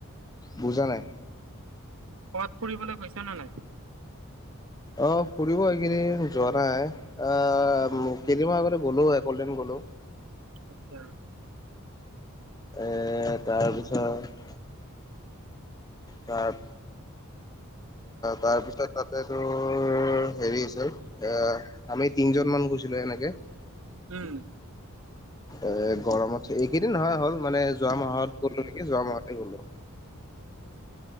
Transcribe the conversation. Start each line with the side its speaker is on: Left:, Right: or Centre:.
Left: বুজা নাই।
Right: ক'ৰবাত ফুৰিবলৈ গৈছে নে নাই?
Left: অ ফুৰিব এইকেইদিন যোৱা নাই। অ কেইদিনমান আগতে গ'লো একদিন গ'লো।
Right: আচ্ছা।
Left: এ তাৰ পিছত- তাৰ, তাৰপিছত তাতে তোৰ হেৰি- এ আমি তিনিজন মান গৈছিলো এনেকে-
Right: উম।
Left: এ গৰমত এইকেইদিন নহয় হ'ল মানে যোৱা মাহত গলো নেকি যোৱা মাহতে গ'লো।